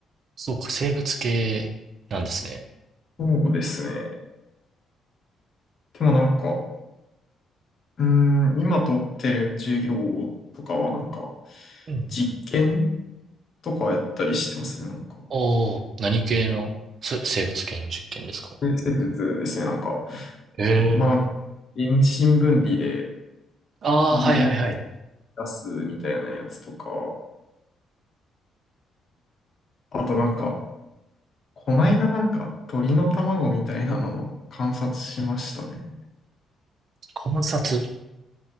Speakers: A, on the right; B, on the left.
A: そうか、生物系なんですね。
B: そうですね。でもなんか、うーん、今取ってる授業とかはなんか、
A: うん。
B: 実験とかやったりしてますね、なんか。
A: おー、何系のす生物系の実験ですか
B: 生物ですね、なんか、
A: ええ。
B: まあ、なんか、遠心分離で
A: ああー、
B: 遺伝
A: はいはいはい。
B: 出すみたいなやつとか、あとなんか、こないだなんか、鳥の卵みたいなのの観察しましたね。
A: 観察